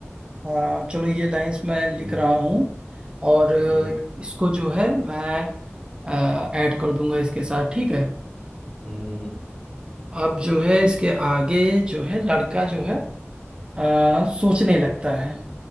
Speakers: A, on the right (about 20°); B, on the left (about 20°).
A: हाँ चलो ये लाइंस मैं लिख
B: हम्म
A: रहा हूँ और अ,
B: हम्म
A: इसको जो है मैं ऐड कर दूंगा इसके साथ ठीक है
B: हम्म
A: अब जो है इसके आगे जो है लड़का जो है अ, सोचने लगता है